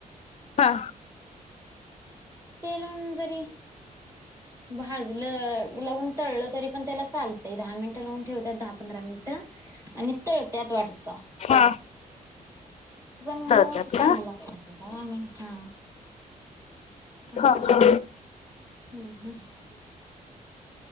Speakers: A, on the left (about 50°); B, on the right (about 20°).
A: हा.
B: ते लाऊन जरी भाजलं लावून तळलं तरी पण त्याला चालते दहा मिनिटं लावून ठेवत्यात दहा पंधरा मिनिटं आणि तळत्यात वाटत.
A: हा.
B: म्हण
A: तळत्यात
B: चांगलं
A: का?
B: लागत काय माहित हा असं
A: हा
B: करत्यात
A: का.
B: हम्म हम्म.